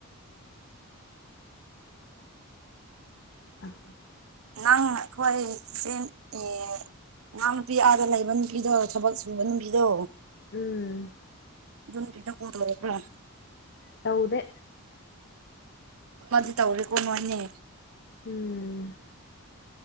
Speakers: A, on the left; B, on the right.
A: ꯑ ꯑꯗꯨ
B: ꯅꯪ ꯈꯋꯥꯏꯁꯦ ꯑꯦ ꯉꯍꯥꯡ ꯅꯨꯄꯤ ꯑꯥꯗ ꯂꯩꯕ ꯅꯨꯄꯤꯗꯣ ꯊꯕꯛ ꯁꯨꯕ ꯅꯨꯄꯤꯗꯣ
A: ꯎꯝ
B: ꯑꯗꯨꯝ ꯀꯇ ꯀꯗꯦꯕ꯭ꯔꯥ
A: ꯍꯎꯗꯦ
B: ꯃꯗꯨ ꯇꯧꯔꯦ ꯀꯣꯅꯅꯦ
A: ꯎꯝ